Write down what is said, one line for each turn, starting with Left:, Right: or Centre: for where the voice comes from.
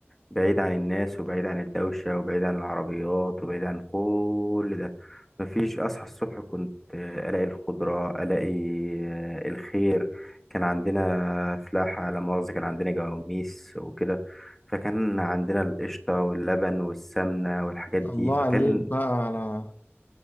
Centre: بعيد عن الناس وبعيد عن الدوشه وبعيد عن العربيات وبعيد عن كل ده مفيش اصحى الصبح كنت آه، الاقي الخضره الاقي آه، الخير كان عندنا فلاحه لا مؤاخذه كان عندنا جواميس وكده فكان عندنا القشطة واللبن والسمنة والحاجات دي
Left: الله
Centre: فكان
Left: عليك بقى على